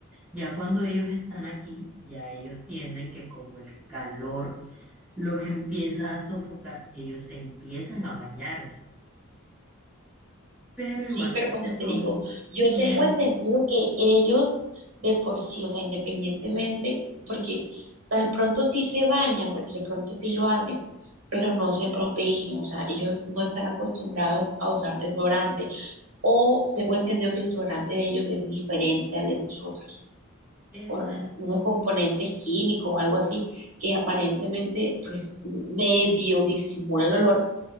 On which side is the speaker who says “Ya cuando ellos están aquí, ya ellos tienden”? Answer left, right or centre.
Centre